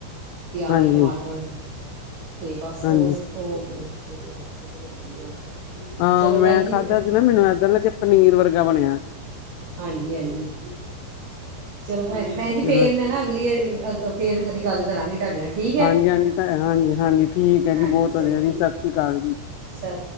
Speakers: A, on the right; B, on the left.
A: ਪਿਆਜ਼
B: ਹਾਂਜੀ
A: ਟਮਾਟਰ, ਤੇ ਬਸ ਉਸ
B: ਹਾਂਜੀ
A: <unintelligible>
B: ਹਾਂ
A: ਚਲੋ
B: ਮੈਂ
A: ਭੈਣ ਜੀ
B: ਖਾਧਾ ਸੀ ਨਾ ਮੈਨੂੰ ਏਦਾਂ ਲਗਿਆ ਕੇ ਪਨੀਰ ਵਰਗਾ ਬਣਿਆ
A: ਹਾਂਜੀ- ਹਾਂਜੀ, ਚਲੋ ਭ ਭੈਣ ਜੀ ਫੇਰ
B: ਚਲੋ
A: ਮੈਂ ਨਾ ਅਗਲੀ ਵਾਰੀ ਕਦੀ ਗੱਲ ਕਰਾਂਗੀ ਤੁਹਾਡੇ ਨਾਲ ਠੀਕ ਹੈ।
B: ਹਾਂਜੀ ਹਾਂਜੀ, ਹਾਂਜੀ, ਹਾਂਜੀ ਠੀਕ
A: ਹਾਂਜੀ
B: ਹੈ ਜੀ ਬਹੁਤ
A: ਚਲੋ
B: ਵਧੀਆ ਜੀ
A: ਠੀਕ
B: ਸਤਿ ਸ੍ਰੀ ਅਕਾਲ ਜੀ
A: ਸਤਿ